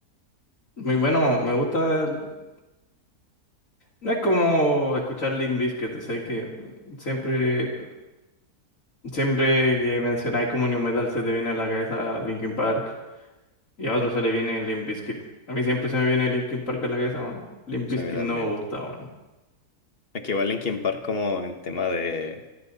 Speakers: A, on the left; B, on the left.
A: Muy bueno, me gusta. el- No es como escuchar Limp Bizkit, sé que siempre, siempre que mencionáis como New Metal se te viene a la cabeza Linkin Park y a otro se le viene Limp Bizkit. A mí siempre se me viene Linkin Park a la cabeza, man. Limp
B: O
A: Bizkit
B: sea, a mí también.
A: no me gusta, man.
B: Es que igual Linkin Park como en tema de...